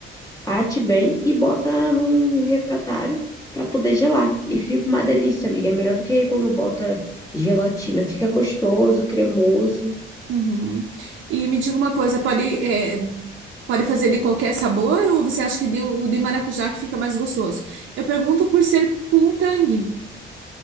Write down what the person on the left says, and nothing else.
Bate bem e bota num refratário para poder gelar. E fica uma delícia, amiga. É melhor do que quando bota gelatina. Fica gostoso, cremoso.